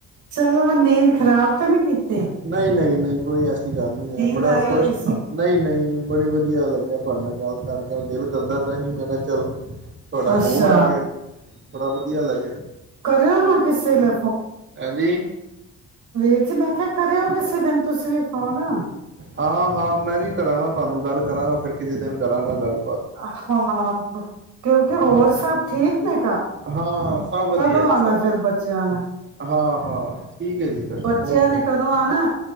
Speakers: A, on the right; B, on the right.
A: ਚਲੋ ਮੈਂ ਨੀਂਦ ਖਰਾਬ ਤੇ ਨ ਕੀਤੀ
B: ਨਹੀਂ ਨਹੀਂ ਨਹੀਂ ਕੋਈ ਐਸੀ ਗੱਲ ਨਹੀਂ ਹੈ
A: ਨੀਂਦ
B: ਬੜਾ
A: ਆਈ
B: ਖੁਸ਼
A: ਹੋਈ ਸੀ।
B: ਨਹੀਂ ਨਹੀਂ ਬੜੀ ਵਧੀਆ ਵਧੀਆ ਲੱਗਿਆ ਤੁਹਾਡੇ ਨਾਲ ਗੱਲ ਕਰਕੇ ਦਿਲ ਚੱਲਦਾ ਪਯਾ ਸੀ, ਮੈਂ ਕਿਹਾ ਚੱਲ ਤੁਹਾਡਾ
A: ਅੱਛਾ-ਅੱਛਾ
B: ਫੋਨ ਆ ਗਿਆ ਬੜਾ ਵਧੀਆ ਲੱਗਿਆ
A: ਕਰਿਓ ਨਾ ਕਿਸੇ ਲਈ
B: ਐੱ ਜੀ
A: ਪਿੱਛੇ ਬੈ ਫਿਰ ਕਰਿਓ ਕਿਸੇ ਦਿਨ ਤੁਸੀਂ ਔ ਨਾ
B: ਹਾਂ ਹਾਂ ਮੈਂ ਵੀ ਕਰਾਂਗਾ ਤੁਹਾਨੂੰ ਗੱਲ ਕਰਾਂਗਾ ਫਿਰ ਕਿਸੇ ਦਿਨ ਕਰਾਂਗਾ ਗੱਲ
A: ਆ ਹਾਂ। ਬ ਕਿਉਂਕਿ ਹੋਰ
B: ਹਾਂ
A: ਸਭ ਠੀਕ। ਘਰ
B: ਹਾਂ ਸਭ ਵਧੀਆ
A: ਕਦੋਂ
B: ਜੀ
A: ਆਣਾ
B: ਸਭ ਵਧੀਆ
A: ਫੇਰ ਬੱਚਿਆਂ ਨੇ?
B: ਹਾਂ, ਹਾਂ। ਠੀਕ ਹੈ ਜੀ ਫੇਰ
A: ਬੱਚਿਆਂ
B: ਓਕੇ,
A: ਨੇ ਕਦੋਂ ਆਣਾ